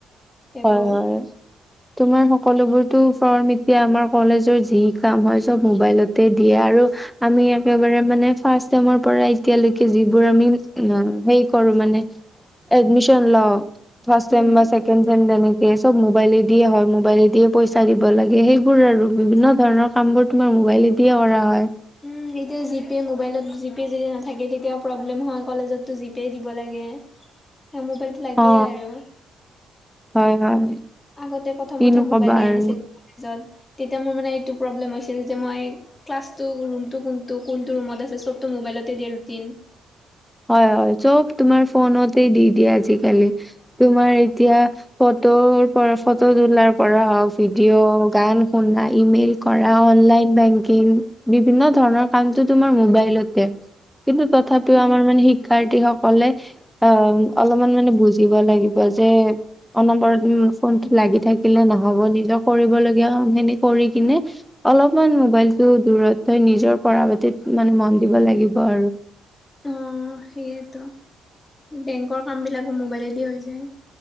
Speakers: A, on the left (about 20°); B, in the centre.
A: সেইবোৰ
B: হয় হয়। তোমাৰ সকলোবোৰটো ফৰ্ম এতিয়া আমাৰ কলেজৰ যি কাম হয় চব মোবাইলতেই দিয়ে আৰু আমি একেবাৰে মানে ফাৰ্ষ্ট চেমৰ পৰা এতিয়ালৈকে যিবোৰ আমি হেৰি কৰো মানে এডমিশন লও ফাৰ্ষ্ট
A: উম
B: চেম বা চেকেণ্ড কেণ্ড তেনেকে চব মোবাইলে দিয়ে হয় মোবাইলে দিয়ে পইচা দিব লাগে সেইবোৰ আৰু বিভিন্ন ধৰণৰ কামবোৰ তোমাৰ মোবাইলে দিয়ে কৰা হয়।
A: উম এতিয়া জিপে মোবাইলত জিপে যদি নাথাকে তেতিয়াও প্ৰব্লেম হয় কলেজতটো জিপে দিব লাগে। তা মোবাইলটো লাগেই
B: অ
A: আৰু।
B: হয় হয়
A: আগতে প্ৰথম
B: কিনো
A: প্ৰথম মোবাইল
B: কবা
A: নিয়া
B: আৰু
A: নাছি লো কলেজত তেতিয়া মোৰ মানে এইটো প্ৰব্লেম হৈছিল যে মই ক্লাছ টো ৰুমটো কোনটো কোনটো ৰুমত আছে চবতো মোবাইলতে দিয়ে ৰুতিন
B: হয় হয় চব তোমাৰ ফোনতেই দি দিয়ে আজিকালি তোমাৰ এতিয়া ফটোৰ পৰা ফটো তোলাৰ পৰা হওক ভিডিঅ' গান শুনা ইমেইল কৰা অনলাইন বেংকিং বিভিন্ন ধৰণৰ কামটো তোমাৰ মোবাইলতে কিন্তু তথাপিও
A: উম,
B: আমাৰ মানে শিক্ষাৰ্থীসকলে অহ অলপমান মানে বুজিব লাগিব যে অনবৰত ফোনটো লাগি থাকিলে নহ'ব নিজৰ কৰিবলগীয়া কামখিনি কৰি কিনে অলপমান মোবাইলটো দূৰত থৈ নিজৰ পঢ়া পতিত মানে মন দিব লাগিব আৰু
A: অহ সেইটো বেংকৰ কামবিলাকো মোবাইলেদি হৈ যায়